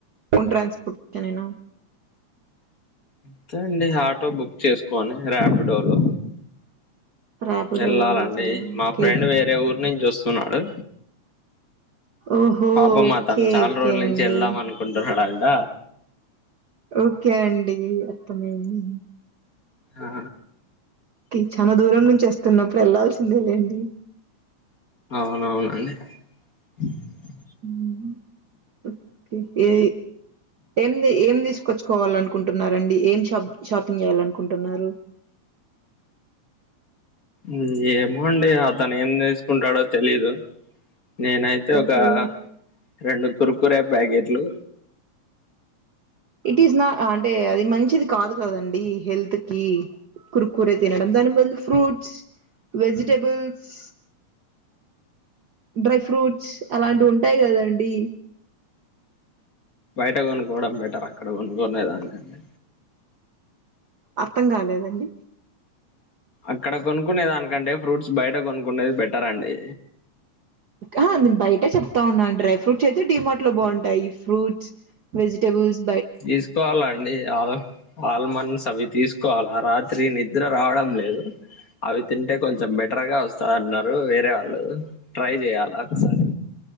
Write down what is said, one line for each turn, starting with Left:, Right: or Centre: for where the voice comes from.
Right: ఓన్ ట్రాన్స్ఫార్ట్ టేనా
Left: అంతే అండి ఆటో బుక్ చేసుకోని ర్యాపిడోలో
Right: రాపిడోలో
Left: వెళ్లాలండి
Right: వెళ్తారా
Left: మా
Right: ఓకే
Left: ఫ్రెండ్ వేరే ఊరు నుంచి వస్తున్నాడు.
Right: ఓహో
Left: పాపం
Right: ఓకే
Left: అతను చాలా
Right: ఓకే
Left: రోజుల
Right: అండి
Left: నుంచి వెళ్దాం అనుకుంటున్నాడంట.
Right: ఓకే అండి అర్థమయింది
Left: ఆ
Right: కి చాలా దూరం నుంచి వస్త్ తన్నప్పుడు వెళ్లాల్సిందే లేండి
Left: అవునవునండి <inaudible>
Right: ఉహు ఓకే ఏ ఏంది ఏం తీసుకొచ్చుకోవాలి అనుకుంటున్నండి ఏం షాప్ షాపింగ్ చేయాలనుకుంటున్నారు.
Left: మ్ ఏమోండి అతను ఏం తీసుకుంటాడో తెలీదు నేనైతే ఒకా
Right: ఓకే
Left: రెండు కురుకురే ప్యాకీటు లు
Right: ఇట్ ఈస్ నా అంటే అది మంచిది కాదు కదండి హెల్త్ కీ కుర్ కురే తినడం దాని బదులు ఫ్రూట్స్ వెజిటేబల్స్ డ్రై ఫ్రూట్స్ అలాంటివి ఉంటాయి కదండి
Left: బయట కొనుక్కవడం బెటర్ అక్కడ కొనుక్కొనే దానికంటే
Right: అర్థం కాలేదండి
Left: అక్కడ కొనుక్కునే దానికంటే ఫ్రూట్స్ బయట కొనుక్కునేది బెటర్ అండి
Right: ఆ! నేను బయటే చెప్తా ఉన్నాను. డ్రై ఫ్రూట్స్ అయితే డిమార్ట్ లో బావుంటాయి ఫ్రూట్స్ వెజిటేబుల్స్
Left: తీసుకోవాలండి ఆల్ ఆల్మండ్స్ అవి తీసుకో కోవాల రాత్రి నిద్ర రావడం లేదు అవి తింటే కొంచెం బెటర్గా వస్తాది అన్నారు వేరే వాళ్ళు ట్రై చేయాలా ఒకసారి